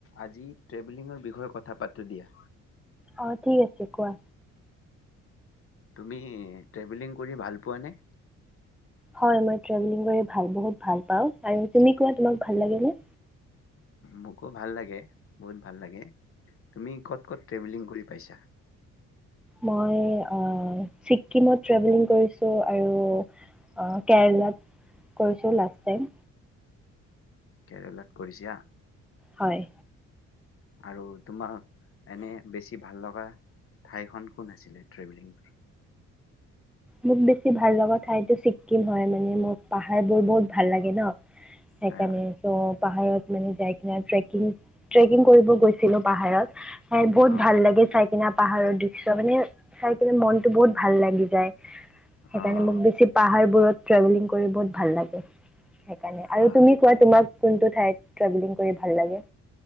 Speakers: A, on the left (about 45°); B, in the centre.
A: আজি ট্ৰেভেলিংৰ বিষয় কথা পাতোঁ দিয়া।
B: অ ঠিক আছে, কোৱা।
A: তুমি ট্ৰেভেলিং কৰি ভাল পোৱা নে?
B: হয়, মই ট্ৰেভেলিং কৰি ভাল বহুত ভাল পাওঁ আৰু তুমি কোৱা, তোমক ভাল লাগে নে?
A: মোকো ভাল লাগে, বহুত ভাল লাগে, তুমি ক'ত-ক'ত ট্ৰেভেলিং কৰি পাইছা?
B: মই অ', ছিকিমত ট্ৰেভেলিং কৰিছোঁ আৰু কেৰেলাত কৰিছোঁ লাষ্ট টাইম।
A: কেৰেলাত কৰিছা?
B: হয়।
A: আৰু তোমাক এনেই বেছি ভাল লগা ঠাইখন কোন আছিলে, ট্ৰেভেলিংৰ?
B: মোক বেছি ভাল লগা ঠাইতো ছিকিম হয় মানে, মোক পাহাৰবোৰ বহুত ভাল লাগে ন। সেইকানে
A: হয়,
B: চব পাহাৰত মানে যায় কেনে ট্ৰেকিং-ট্ৰেকিং কৰিব গৈছিলোঁ পাহাৰত চাইডবোৰ
A: অ',
B: ভাল লাগে চাইকেনে। <unintelligible> পাহাৰৰ দৃশ্য, মানে চাইকেনে মনটো বহুত ভাল লাগি যায়। সেইকাৰণে
A: অ',
B: মোক বেছি পাহাৰ বোৰত ট্ৰেভেলিং কৰি বহুত ভাল লাগে। সেইকাৰণে
A: হয়।
B: আৰু তুমি কোৱা তোমাক কোনটো ঠাইত ট্ৰেভেলিং কৰি ভাল লাগে?